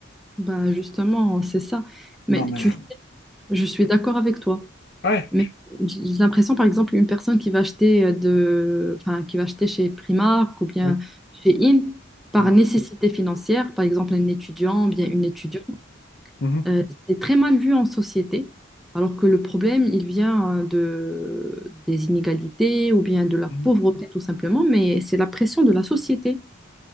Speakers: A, in the centre; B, on the left.
A: bah, justement, c'est ça. Mais
B: Non
A: tu
B: mais
A: sais Je suis d'accord avec toi.
B: ouais.
A: Mais j'ai l'impression, par exemple, une personne qui va acheter euh, de, enfin, qui va acheter chez Primark ou bien
B: Ouais.
A: chez In par
B: Mhm,
A: nécessité financière, par exemple un étudiant ou bien une étudiante,
B: mhm,
A: euh, c'est très mal vu en société, alors que le problème, il vient euh, de, des inégalités ou bien de la
B: mhm.
A: pauvreté tout simplement, mais c'est la pression de la société.